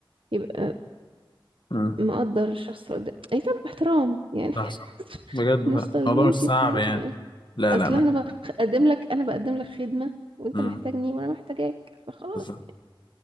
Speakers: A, on the right; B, on the left.
A: يبقى
B: مم،
A: مقدر الشخص اللي قدام يتعامل باحترام يعني
B: صح صح
A: <laughs>
B: بجد لا
A: مش طالبين
B: الموضوع مش صعب
A: كتير
B: يعني
A: يعني
B: لا
A: اصل
B: لا ما-
A: احنا بقدم لك انا بقدم لك خدمه وانت
B: مم،
A: محتاجني وانا محتاجاك فخلاص
B: بالظبط
A: يعني